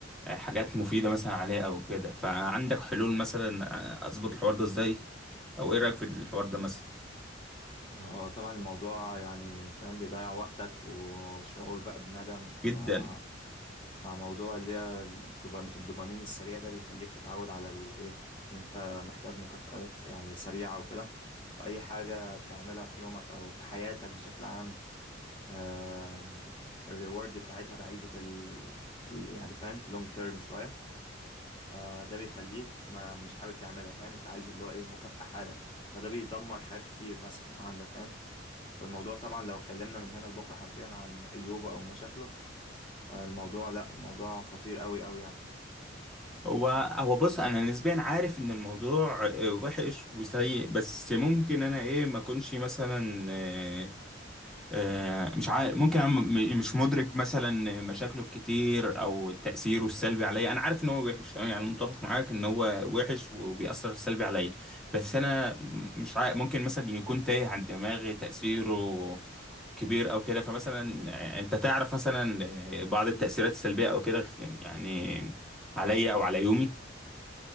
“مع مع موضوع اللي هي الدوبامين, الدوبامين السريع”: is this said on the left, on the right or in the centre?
Left